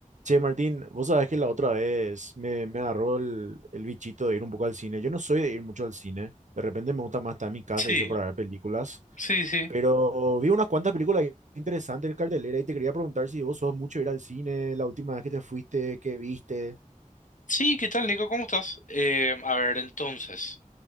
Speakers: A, on the right (about 60°); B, on the left (about 70°).
A: Che, Martín, vos sabés que la otra vez me, me agarró el, el bichito de ir un poco al cine. Yo no soy de ir mucho al cine. De repente me gusta más estar en mi casa
B: Sí,
A: y eso para ver películas.
B: sí, sí.
A: Pero vi unas cuantas películas interesantes en cartelera y te quería preguntar si vos sos mucho de ir al cine, la última vez que te fuiste, qué viste.
B: Sí, ¿qué tal, Nico? ¿Cómo estás? Eh, a ver, entonces,